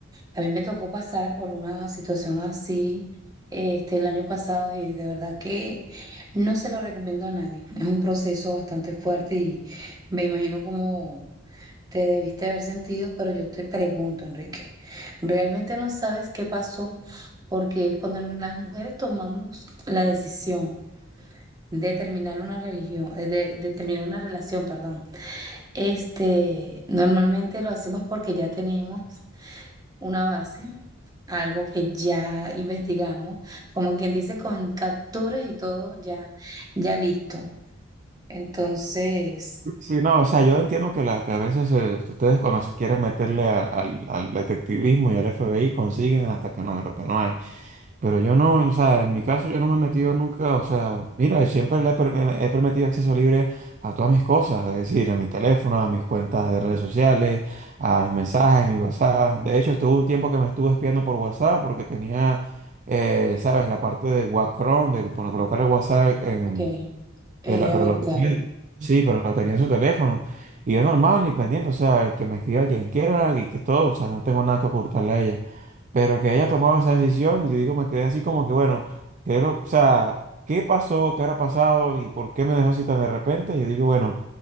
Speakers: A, on the right (about 20°); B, on the right (about 40°).
A: a mí me tocó pasar por una situación así este, el año pasado y de verdad que no se lo recomiendo a nadie. Es un proceso bastante fuerte y me imagino cómo te debiste haber sentido, pero yo te pregunto, Enrique, ¿realmente no sabes qué pasó? Porque cuando las mujeres tomamos la decisión, de terminar una religión, eh, de, de terminar una relación, perdón. Este, normalmente lo hacemos porque ya tenemos una base, algo que ya investigamos, como quien dice, con capturas y todo ya, ya listo. Entonces,
B: Sí, no, o sea, yo entiendo que, la, que a veces eh, ustedes cuando se quieren meterle a- al, al detectivismo y al FBI consiguen hasta que no, lo que no hay. Pero yo no, o sea, en mi caso yo no me he metido nunca, o sea, mira, siempre le he, per- me- he permitido acceso libre a todas mis cosas, es decir, a mi teléfono, a mis cuentas de redes sociales, a mis mensajes, mis WhatsApp. De hecho, estuvo un tiempo que me estuve espiando por WhatsApp porque tenía, eh, ¿sabes? La parte de Wacron, de poner- colocar el WhatsApp en,
A: ok, eh,
B: él-
A: a
B: pero
A: ver,
B: lo tenía,
A: ta-
B: sí, pero lo tenía en su teléfono. Y es normal, y pendiente, o sea, que me escriba quien quiera y que todo, o sea, no tengo nada que ocultarle a ella. Pero que haya tomado esa decisión, y digo, me quedé así como que, bueno, quiero, o sea, ¿qué pasó? ¿Qué habrá pasado? ¿Y por qué me dejó así tan de repente? Yo digo, bueno.